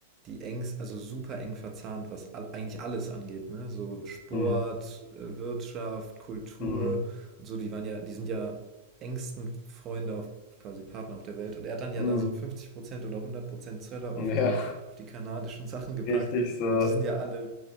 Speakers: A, on the right; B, on the left.
A: die engst, also super eng verzahnt, was all, eigentlich alles angeht, ne? So Sport,
B: Hm.
A: äh, Wirtschaft, Kultur
B: Hm.
A: und so, die waren ja, die sind ja engsten Freunde auf quasi Partner auf der Welt. Und er hat dann ja
B: Hm.
A: da so 50% oder 100% Zölle
B: Ja,
A: auf die, auf die kanadischen Sachen gepackt.
B: <laughs> richtig so,
A: Und die sind ja alle,